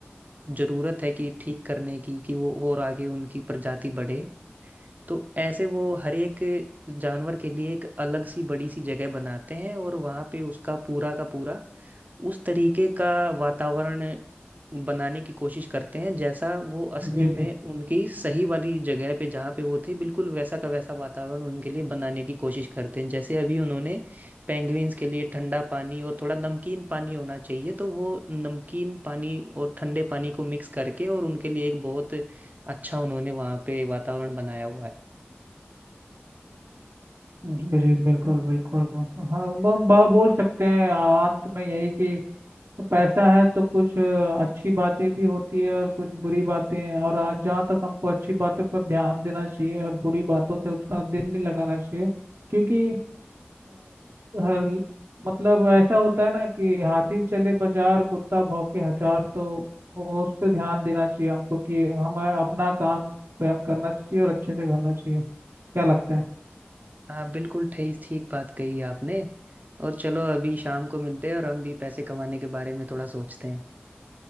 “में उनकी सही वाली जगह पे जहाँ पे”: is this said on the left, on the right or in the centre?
Right